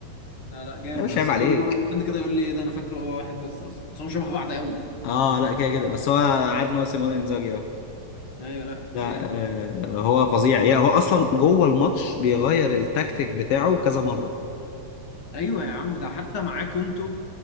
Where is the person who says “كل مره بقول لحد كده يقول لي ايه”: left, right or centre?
Left